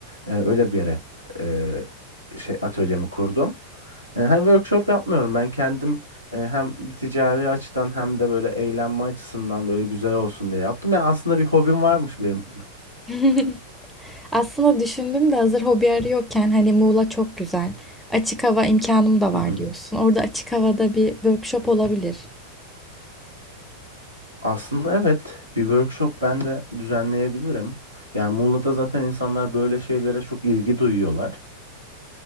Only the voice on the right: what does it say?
Ee, öyle bir yere e, şey atölyemi kurdum. Ee, hem workshop yapmıyorum ben kendim e, hem bir ticari açıdan hem de böyle eğlenme açısından böyle güzel olsun diye yaptım. Yani aslında bir hobim varmış benim.
<laughs> Hı
hı.
Aslında evet bir workshop ben de düzenleyebilirim. Yani Muğla'da zaten insanlar böyle şeylere çok ilgi duyuyorlar.